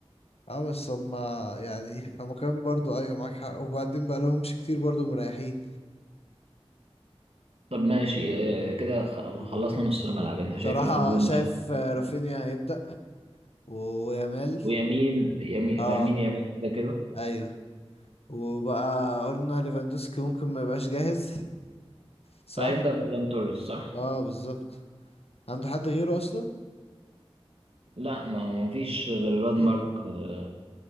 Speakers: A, on the left; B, on the right.
A: اه بس هما يعني هما كمان برضه ايوه معاك حق وبعدين بقى لهمش كتير برضه مريحين
B: طب ماشي آه، كده خ-
A: الهجوم
B: خلصنا نص الملعب انت شايف
A: صراحة
B: الهجوم
A: شايف
B: بقى
A: آه، رافينيا هيبدأ ويامال
B: ويمين يمين
A: اه
B: لامين يامال كده كده
A: ايوه وبقى قلنا ليفاندوسكي ممكن ما يبقاش جاهز صح
B: فهيبدأ بفيران توريس صح
A: اه بالظبط عنده حد غيره اصلا
B: لا ما ما فيش غير الواد
A: مفيش
B: مارك آه،